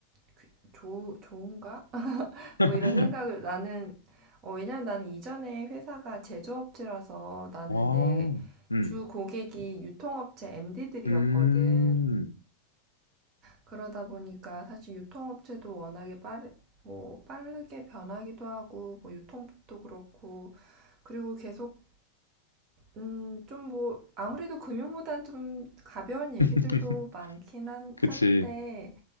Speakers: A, on the right; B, on the left.
A: 그, 좋, 좋은가? <laughs>
B: <laughs>
A: 뭐 이런 생각을 나는, 어, 왜냐면 나는 이전에 회사가 제조업체라서 나는
B: 아.
A: 내
B: 음.
A: 주 고객이 유통업체 MD들이었거든.
B: 음.
A: 그러다 보니까 사실 유통업체도 워낙에 빠르, 뭐 빠르게 변하기도 하고 뭐 유통법도 그렇고 그리고 계속 음, 좀 뭐 아무래도 금융보단 좀 가벼운 얘기들도
B: <laughs>
A: 많긴 한,
B: 그치.
A: 한데